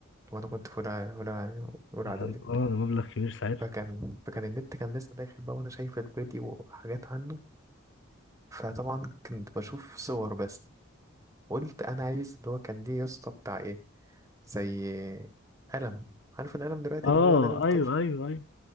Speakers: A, on the right; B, on the left.
A: وأنا كنت في أولى أولى أولى
B: لا،
A: إعدادي
B: اه ده مبلغ كبير ساعتها
A: فكان فكان النت كان لسه داخل بقى وأنا شايف الفيديو وحاجات عنه فطبعا كنت بشوف صور بس قلت أنا عايز اللي هو كان ليه يا اسطى بتاع إيه زي قلم عارف القلم دلوقتي
B: اه
A: اللي هو القلم التاتش
B: ايوه ايوه
A: ده
B: ايوه